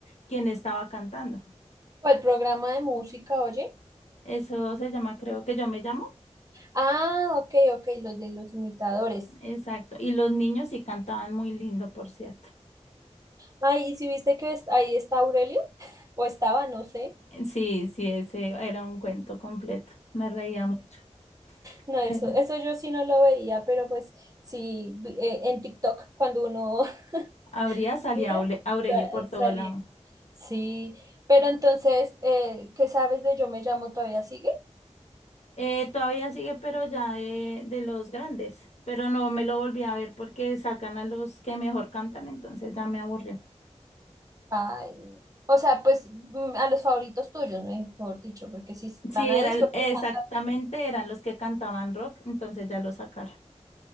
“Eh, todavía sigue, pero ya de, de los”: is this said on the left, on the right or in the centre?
Left